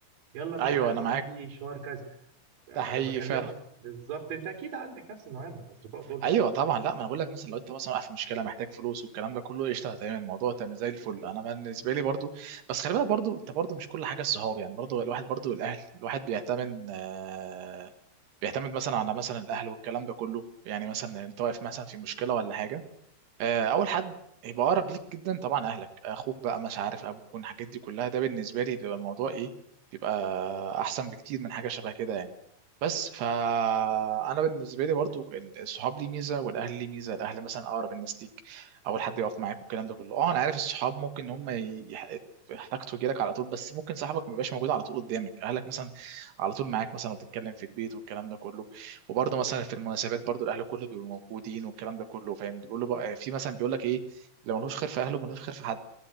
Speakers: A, on the right; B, on the right.
A: يلا أنا
B: ايوه
A: مش عارف
B: انا معاك
A: عندي شوار كذا أه
B: ده حقيقي
A: بكلمك
B: فعلا
A: بالظبط انت اكيد عندك نفس النوعيه من الاصدقاء دول
B: ايوه
A: صح
B: طبعا لا ما انا بقول لك مثلا لو انت مثلا واقع في مشكله محتاج فلوس والكلام ده كله قشطه تمام الموضوع تمام زي الفل انا بالنسبه لي برضو بس خلي بالك برضو انت برضو مش كل حاجه الصحاب يعني برضو الواحد برضو الاهل الواحد بيعتمد آه بيعتمد مثلا على مثلا الاهل والكلام ده كله يعني مثلا انت واقف مثلا في مشكله ولا حاجه آه، اول حد يبقى اقرب ليك جدا طبعا اهلك اخوك بقى مش عارف ابوك والحاجات دي كلها ده بالنسبه لي بيبقى الموضوع ايه بيبقى احسن بكتير من حاجه شبه كده يعني بس فانا بالنسبه لي برضو ال- الصحاب ليه ميزه والاهل ليه ميزه الاهل مثلا اقرب الناس ليك اول حد يقف معاك والكلام ده كله اه انا عارف الصحاب ممكن ان هم ي- يح- يحتاجوا لك على طول بس ممكن صاحبك ما يبقاش موجود على طول قدامك اهلك مثلا على طول معاك مثلا وتتكلم في البيت والكلام ده كله وبرضه مثلا في المناسبات برضه الاهل كله بيبقوا موجودين والكلام ده كله فاهم بيقول له بقى آه، في مثلا بيقول لك ايه لو ملوش خير في اهله ملوش خير في حد